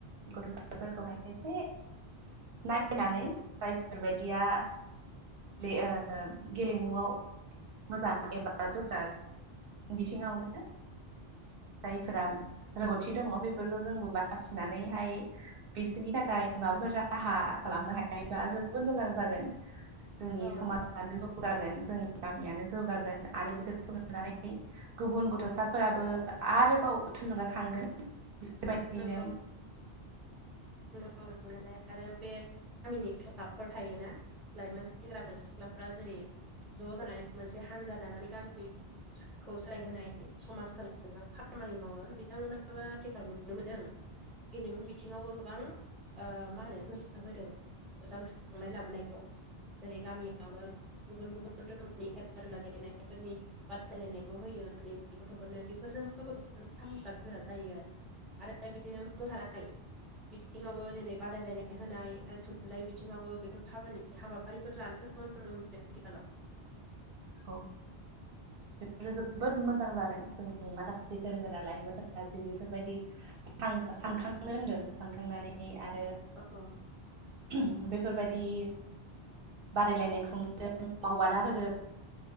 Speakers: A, on the right; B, in the centre.
A: गथ'फोरखौहाय एसे नायनानै जाय फोरबायदिया बे ओ गेलेमुआव मोजां एबा दस्रा बिथिङावनो जायफोरा रोंगौथि दङ बेफोरखौ जोंबो बासिनानैहाय बिसोरनि थाखाय माबाफोर राहा खालामनो हायोबा जों जोबोद मोजां जागोन जोंनि
B: औ
A: समाजानो जौगागोन जोंनि गामियानो जौगागोन आरो बिसोरखौ नुनानै गुबुन गथ'साफोराबो आरोबाव थुलुंगाखांगोन बिसोरबायदिनो
B: नंगौ
A: <unintelligible>
B: मावलांनायालाय आरो बे गामिनि क्लाबफोर थायोना लाइमोन सेंग्राफोर सिख्लाफोरा जेरै ज' जानानै मोनसे हानजा दानानै गामि खौ सोलायहोनाय समाज सोलायनायाव खामानि मावो बिथांमोनहाबो आथिखाल नुनो मोनदों गेलेमु बिथिङावबो गोबां ओ मा होनो गोसो होदों। जांख्रिखांनाय लाबोनायखौ जेरै गामियावनो गुबुन गुबुन रोखोमनि खेला दुला गेलेनायफोरनि बादायलायनायखौ होयो उन्दै उन्दै गथ'फोरनो बेफोरजोंबो गथ'फोरनि साहसआ गोरा जायो आरो। आरो बिदिनो मोसानाय बिथिङावबो जेरै बादायलायनाय होनाय थुनलाइ बिथिङावबो बेफोर खामानि हाबाफारिफोर लानायफोरखौ नुनो मोनदों आथिखालाव।
A: औ बेफोरो जोबोद मोजां जादों जोंनि माखासे गोरों गोरा लाइमोनफोरा जि बेफोरबायदि सानखां सानखांनो रोंदों सानखांनानै आरो
B: औ
A: बेफोरबायदि बादायलायनाय खुंदों मावबादा होदों